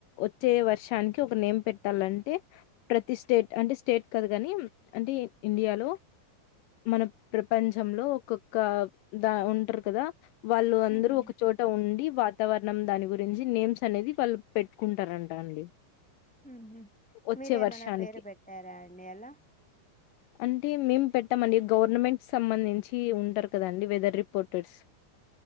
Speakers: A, on the left; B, in the centre.
A: వచ్చే వర్షానికి ఒక నేమ్ పెట్టాలంటే ప్రతి స్టేట్ అంటే స్టేట్ కదు గాని అంటే ఇండియాలో మన ప్రపంచంలో ఒక్కొక్క దా ఉంటారు కదా వాళ్ళు అందరూ
B: ఉహు
A: ఒక చోట ఉండి వాతావరణం దానివ్ గురించి నేమ్స్ అనేది వాళ్ళు పెట్టుకుంటారంట అండి
B: మ్మ్ హ్మ్
A: వచ్చే
B: మీరేమనా
A: వర్షానికి
B: పేరు పెట్టారా అండి అలా
A: అంటే మేము పెట్టమండి గవర్నమెంట్ సంబంధించి ఉంటారు కదండి వెదర్ రిపోర్టర్స్